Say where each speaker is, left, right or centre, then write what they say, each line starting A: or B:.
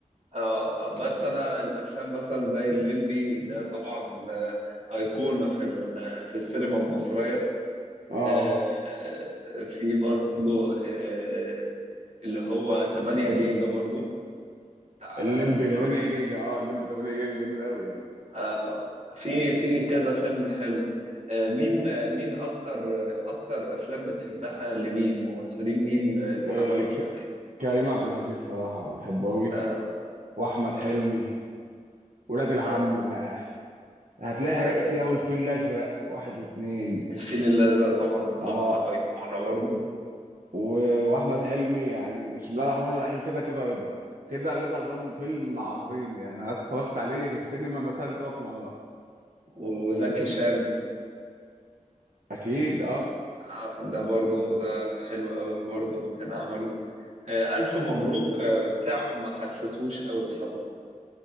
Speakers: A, on the right (about 60°); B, on the right (about 75°).
A: اه بس انا الافلام مثلا زي الليمبي ده طبعا آه، ايقونه في ال- في السينما المصريه
B: اه
A: آه، آه، في برضو آه، اللي هو 8 جيجا برضو بتاع-
B: الليمبي 8 جيجا اه الليمبي 8 جيجا جميل قوي آه.
A: آه، في في كذا فيلم حلو آه، مين آه، مين اكتر آه، اكتر افلام بتحبها لمين ممثلين مين آه، اللي
B: آه،
A: عملوا
B: ك...
A: افلام ايه
B: كريم عبد العزيز صراحه بحبه قوي
A: اه
B: واحمد حلمي
A: اه
B: ولاد العم
A: اه
B: بقى هتلاقي حاجات
A: أي.
B: كتير قوي الفيل الازرق واحد واتنين
A: الفيل الازرق طبعا
B: اه
A: تحفه ايقونه برضو
B: و- واحمد حلمي يعني بسم الله الرحمن الرحيم كده كده رضا كده رضا ده فيلم عظيم يعني انا اتفرجت عليه في السينما مثلا ثلاث مرات
A: وزكي شان
B: اكيد اه
A: آه، ده برضه ده حلو قوي برضه كان عمله آه، ألف مبروك آه، بتاعه ما حسيتهوش قوي بصراحة